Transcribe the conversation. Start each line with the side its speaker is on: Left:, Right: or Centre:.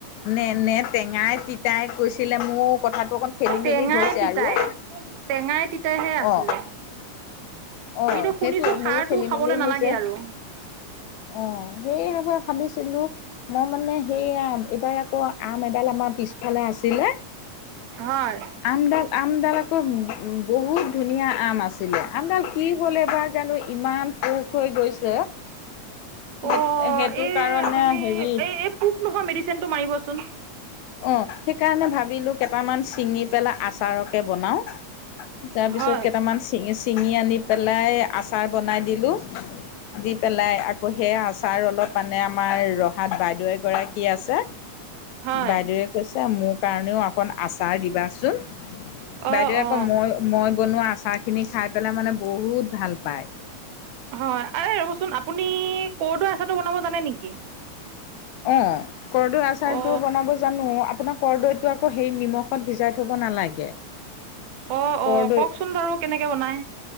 Left: নে নে টেঙাই তিতাই কৈছিলে মোৰ কথাটো অকণ খেলি
Right: টেঙাই
Left: মেলি হৈছে
Right: তিতাই
Left: আৰু।
Right: টেঙাই তিতাইহে আছিলে।
Left: অ অ',
Right: কিন্তু শুনিছো
Left: সেইটোয়ে
Right: সাৰটো
Left: মোৰো খেলি
Right: খাবলৈ
Left: মেলিও
Right: নালাগে
Left: হৈছে। অ',
Right: আৰু
Left: সেইবাবে ভাবিছিলোঁ মই মানে সেইয়া, এইবাৰ আকৌ আম এডাল আমাৰ পিছফালে আছিলে।
Right: হয়।
Left: আমডাল আমডাল আকৌ বহুত ধুনীয়া আম আছিলে, আমডাল কি হ'ল এইবাৰ জানো ইমান পোক হৈ গৈছে, সেই
Right: অ
Left: সেইটো
Right: এই
Left: কাৰণে
Right: আপুনি
Left: হেৰি
Right: এই এই পোক নোহোৱা মেডিচেনটো মাৰিবচোন।
Left: অ', সেইকাৰণে ভাবিলো কেইটামান ছিঙি পেলাই আচাৰকে বনাও। তাৰপিছত
Right: হয়
Left: কেইটামান চিঙ, চিঙি আনি পেলাই আচাৰ বনাই দিলোঁ। দি পেলাই আকৌ সেই আচাৰ অলপ মানে আমাৰ ৰহাত বাইদেউ এগৰাকী আছে।
Right: হয়
Left: বাইদেউৱে কৈছে মোৰ কাৰণেও অকণ আচাৰ দিবাচোন। বাইদেউৱে
Right: অ
Left: আকৌ
Right: অ
Left: মই মই বনোৱা আচাৰখিনি খাই পেলাই মানে বহুত ভাল পায়। <unintelligible>
Right: হয় আৰে ৰ'বচোন আপুনি কৰদৈ আচাৰটো বনাব জানে নেকি?
Left: অ', কৰদৈৰ আচাৰটো
Right: অ
Left: বনাব য জানো, আপোনাৰ কৰদৈটো আকৌ হেই নিমখত ভিজাই থব নালাগে।
Right: অ',
Left: কৰদৈ
Right: অ', কওকচোন বাৰু কেনেকে বনাই?